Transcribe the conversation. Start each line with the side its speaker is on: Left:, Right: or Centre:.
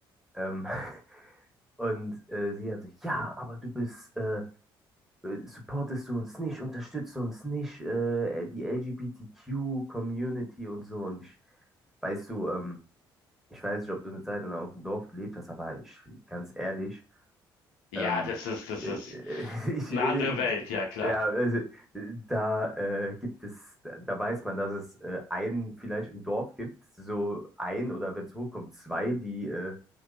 Centre: Ähm, <laughs> und äh, sie hat so, ja, aber du bist, äh, äh, supportest du uns nicht, unterstützt du uns nicht, äh, die LGBTQ-Community und so. Und ich, weißt du, ähm, ich weiß nicht, ob du eine Zeit lang auf dem Dorf gelebt hast, aber ich, ganz ehrlich,
Left: Ja,
Centre: Ähm,
Left: das ist, das
Centre: äh,
Left: ist
Centre: äh, <laughs> ich,
Left: eine
Centre: äh,
Left: andere
Centre: äh,
Left: Welt, ja klar.
Centre: ja, also, äh, da äh, gibt es, da da weiß man, dass es äh, einen vielleicht im Dorf gibt, so ein oder wenn es hochkommt, zwei, die äh,